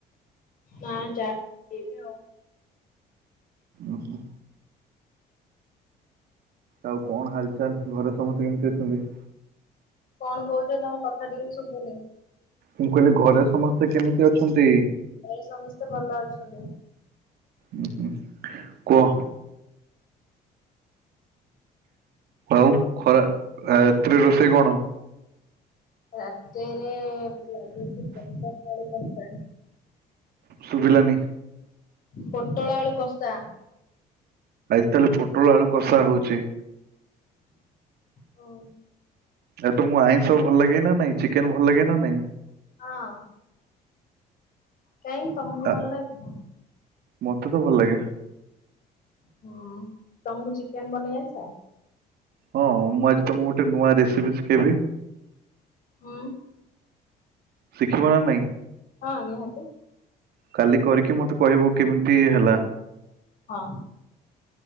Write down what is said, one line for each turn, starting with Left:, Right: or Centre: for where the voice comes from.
Left: ନା ଚା ପିଇବି ଆଉ।
Right: ଓ ହୋ। ଆଉ କଣ ହାଲଚାଲ ଘରେ ସମସ୍ତେ କେମିତି ଅଛନ୍ତି?
Left: କଣ କହୁଚ ତମ କଥା ଟିକେ ଶୁଭୁନି?
Right: ମୁଁ କହିଲି ଘରେ ସମସ୍ତେ କେମିତି ଅଛନ୍ତି?
Left: ଘରେ ସମସ୍ତେ ଭଲ ଅଛନ୍ତି।
Right: ଉୁଁ ହୁଁ। କୁହ। ଆଉ ଖରା ରାତି ରେ ରୋଷେଇ କଣ?
Left: ରାତିରେ ଲାଗୁଚି ପୋଟଳ ଆଳୁ କଷା।
Right: ସୁବିଲାନି?
Left: ପୋଟଳ ଆଳୁ କଷା।
Right: ଆଜି ତାହେଲେ ପୋଟଳ ଆଳୁ କଷା ହଉଚି।
Left: ହଁ।
Right: ଆ ତମକୁ ଆଇଁଷ ଭଲ ଲାଗେ ନା ନାଇଁ ଚିକେନ ଭଲ ଲାଗେ ନା ନାଇଁ?
Left: ହଁ। କାଇଁ ତମକୁ
Right: ଆ
Left: ଭଲ ଲାଗେନି?
Right: ମତେ ତ ଭଲ ଲାଗେ।
Left: ହୁଁ। ତମକୁ ଚିକେନ ବନେଇ ଆସେ?
Right: ହଁ ମୁଁ ଆଜି ତମକୁ ଗୋଟେ ନୂଆ ରେସିପି ଶିଖେଇବି।
Left: ହୁଁ।
Right: ଶିଖିିବ ନା ନାଇଁ?
Left: ହଁ ନିହାତି
Right: କାଲି କରିକି ମତେ କହିବ କେମିତି ହେଲା।
Left: ହଁ।